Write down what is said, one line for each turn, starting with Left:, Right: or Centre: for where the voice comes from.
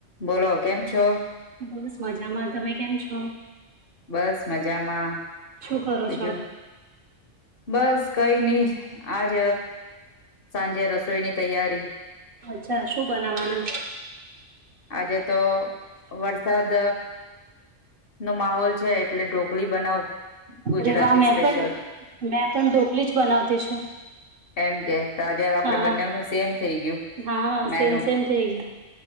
Left: બોલો કેમ છો?
Right: બસ મજામાં તમે કેમ છો?
Left: બસ મજામાં
Right: શું કરો
Left: બીજું
Right: છો
Left: બસ કઈ નઈ આજ સાંજે રસોઈની તૈયારી
Right: અચ્છા શું બનાવાનું
Left: આજે તો વરસાદ નો માહોલ છે એટલે ઢોકળી બનાવું ગુજરાતી
Right: અરે વાહ મેં
Left: સ્પેશિયલ
Right: પણ મેં પણ ઢોકલી જ બનાવતી છું
Left: એમ કે તો આજે આપડે
Right: હા
Left: બનેનું સેમ થઇ ગયું
Right: હા
Left: મેનું
Right: સેમ સેમ થઈ ગયા